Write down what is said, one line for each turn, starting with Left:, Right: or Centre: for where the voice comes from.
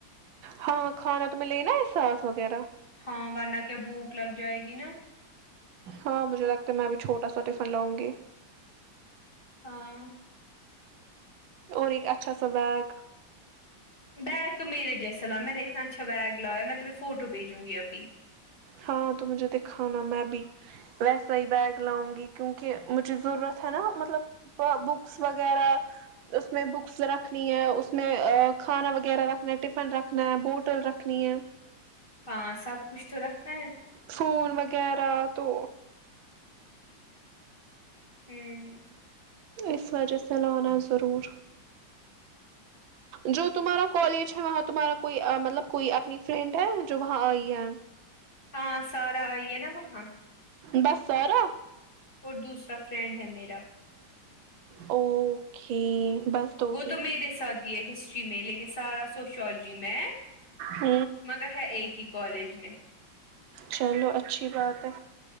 Right: ہاں کھانا تو میں لینا ہے ساتھ وغیرہ
Left: ہاں ورنہ کیا بھوک لگ جائے گی نا
Right: ہاں مجھے لگتا ہے میں بھی چھوٹا سا ٹفن لاونگی
Left: ہاں
Right: اور ایک اچھا سا بیگ
Left: بیگ تو میرے جیسا لا نا میں نے اتنا اچھا بیگ لایا میں تمہیں فوٹو بھیجوں گی ابھی
Right: ہاں تو مجھے دکھانا میں بھی ویسا ہی بیگ لاؤں گی کیونکہ مجھے ضرورت ہے نا مطلب بکس وغیرہ اس میں بکس رکھنی ہے اس میں کھانا وغیرہ رکھنا ہے ٹفن رکھنا ہے بوٹل رکھنی ہے
Left: ہاں سب کچھ تو رکھنا ہے
Right: فون وغیرہ تو
Left: ہوں
Right: اس وجہ سے لانا ضرور جو تمہارا کالج ہے وہاں تمہارا کوئی مطلب کوئی اپنی فرینڈ ہے جو وہاں آئی ہے
Left: ہاں سارا آئی ہے نا وہاں
Right: بس سارا
Left: اور دوسرا فرینڈ ہے میرا
Right: اوکے بس دو
Left: وہ
Right: ہی
Left: تو میرے ساتھ ہی ہے ہسٹری میں لیکن سارا سوشولوجی میں ہے
Right: ہ
Left: مگر ہے ایک ہی کالج میں
Right: چلو اچھی بات ہے